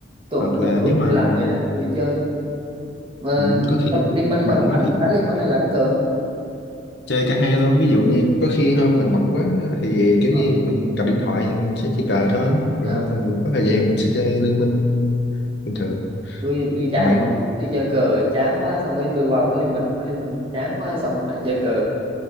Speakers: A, on the right; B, on the left.
A: tôi
B: Hoặc
A: cũng rất
B: là
A: tôi
B: nếu
A: cũng
B: mà
A: đi làm về là tôi chơi. Mà
B: ừ, có khi
A: trong Liên Minh là
B: bận
A: bạn
B: quá
A: đánh
B: thì
A: đánh Liên Minh hay là đánh cờ?
B: chơi cả hai luôn ví dụ như có khi hôm nào bận quá thì kiểu
A: Ờ,
B: như mình cầm điện thoại thì mình sẽ chơi cờ thôi còn
A: ờ.
B: hôm nào mình có thời gian mình sẽ chơi liên minh bình thường
A: tôi tôi chán
B: còn bạn
A: quá tôi chơi cờ chán quá xong rồi tôi qua huấn liên minh huấn liên minh chán quá xong rồi lại chơi cờ